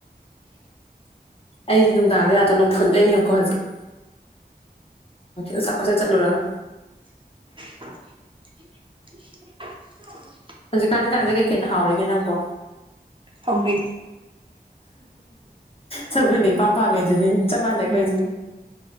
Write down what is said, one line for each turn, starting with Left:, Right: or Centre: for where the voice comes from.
Left: ꯑꯩꯗꯤ ꯅꯨꯡꯗꯥꯡꯒꯤ ꯂꯥꯛꯇꯣ ꯅꯅꯨꯡ ꯐꯨꯟꯗꯅꯤ ꯀꯣ ꯍꯧꯖꯤꯛꯠ ꯑꯁꯞ ꯄꯁ ꯆꯠꯂꯨꯔꯒ
Right: <unintelligible>
Left: ꯍꯧꯖꯤꯛꯀꯥꯟ ꯍꯖꯥꯡꯁꯦ ꯀꯩꯀꯅ ꯍꯥꯎꯔꯤꯒꯦ ꯅꯪꯕꯨꯣ
Right: ꯁꯧꯒ꯭ꯔꯤ
Left: ꯁꯪꯒꯔꯤꯅꯤ ꯏꯄꯥꯝ ꯄꯥꯝꯃꯦ ꯑꯗꯨꯅꯤ ꯆꯞ ꯃꯥꯟꯅꯩ ꯑꯩꯈꯣꯏꯁꯨꯦ
Right: ꯎꯝ